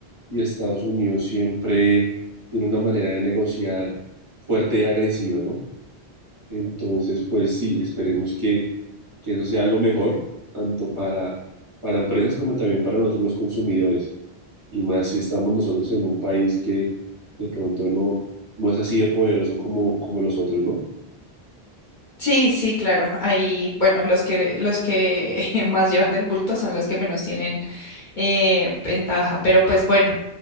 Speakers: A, on the right; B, on the left.
A: y Estados Unidos siempre tiene una manera de negociar fuerte y agresiva, ¿no? Entonces, pues sí, esperemos que, que eso sea lo mejor, tanto para, para empresas como también para nosotros los consumidores. Y más si estamos nosotros en un país que de pronto no, no es así de poderoso como, como los otros, ¿no?
B: Sí, sí, claro. Ahí, bueno, los que los que <laughs> más llevan del bulto son los que menos tienen eh, ventaja. Pero pues bueno,